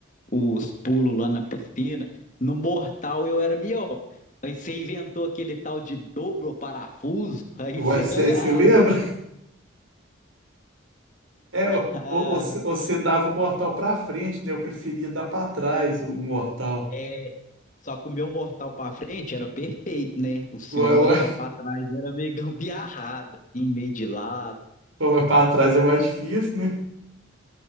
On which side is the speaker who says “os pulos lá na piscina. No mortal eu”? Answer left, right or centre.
Left